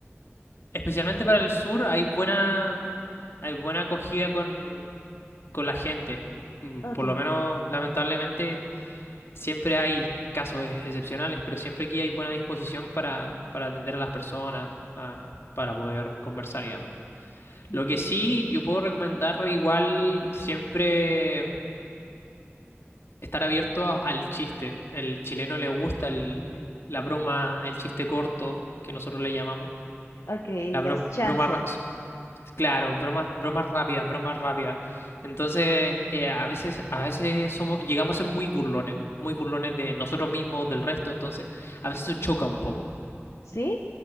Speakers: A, on the left (about 60°); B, on the left (about 85°).
A: especialmente para el sur, hay buena, hay buena acogida con, con la gente. Mm,
B: Ok,
A: Por lo menos, lamentablemente, siempre hay casos ex- excepcionales, pero siempre aquí hay buena disposición para, para atender a las personas, ah, para poder conversar y demás. Lo
B: ok,
A: que sí, yo puedo recomendar igual siempre estar abierto a- al chiste. El chileno le gusta el- el- la broma, el chiste corto, que nosotros le llamamos.
B: ok,
A: La
B: las
A: bro-
B: chanzas.
A: broma, ra- s- claro, bromas, bromas rápidas, bromas rápidas. Entonces, eh, a veces, a veces somos, llegamos a ser muy burlones, muy burlones de nosotros mismos, del resto, entonces, a veces eso choca un poco.
B: ¿Sí?